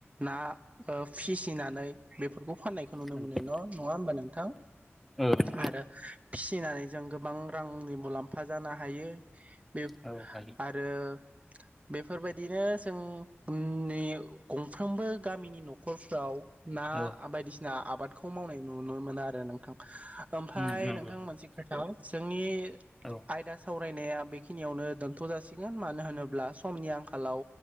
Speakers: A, on the right; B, in the centre.
A: ना ओ फिसिनानै बेफोरखौ फान नुनो
B: नंगौ
A: मोनो न' नङा होमबा नोंथां
B: औ
A: आरो फिसिनानै जों गोबां रांनि मुलाम फा जानो हायो बे
B: औ हायो
A: आरो बेफोरबायदिनो जोंनि गंफ्रोमबो गामिनि न'खरफ्राव ना
B: औ
A: आबायदिसि ना आबादखौ मावनाय नुनो मोना आरो नोंथां। ओमफाय
B: उम नंगौ
A: नोंथां
B: नंगौ
A: मोनसि खोथाबाव जोंनि
B: औ
A: आयदा साव रायनाया बेखिनियावनो दोनथ' जासिगोन मानो होनोब्ला समनि आंखालाव